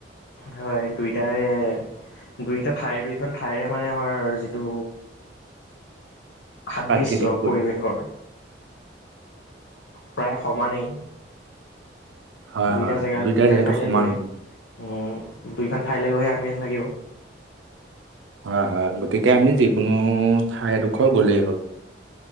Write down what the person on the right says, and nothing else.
প্ৰাকৃতিক পৰিৱেশ
হয়,
হয়।
যিহেতু
সমানেই।
হয়, হয় গতিকে আমি যিকোনো ঠাইডোখৰ গ'লেই হ'ল।